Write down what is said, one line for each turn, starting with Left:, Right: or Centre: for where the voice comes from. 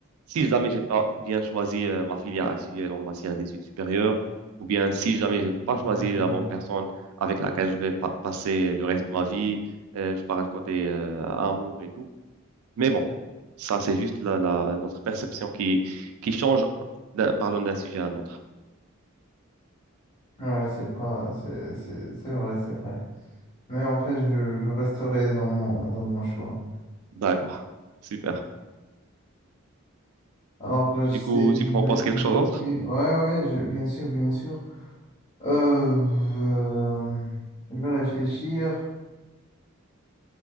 Right: si jamais j'ai pas bien choisi euh, ma filière actuelle en matière d'études supérieures, ou bien si jamais j'ai pas
Left: complètement.
Right: choisi la bonne personne avec laquelle je vais pa- passer le reste de ma vie, euh, je parle côté euh, amour et tout. Mais bon, ça, c'est juste la, la, notre perception qui, qui change d'un- parlant d'un sujet à un autre.
Left: Ouais, c'est pas, c'est, c'est, c'est vrai, c'est vrai. Mais en fait, je, je resterai dans mon, dans mon choix.
Right: D'accord. Super.
Left: Alors, je
Right: Du
Left: sais,
Right: coup,
Left: je
Right: tu proposes
Left: vais te
Right: quelque
Left: donner.
Right: chose d'autre?
Left: Ouais, ouais, je- bien sûr, bien sûr. Euh, euh, je vais réfléchir.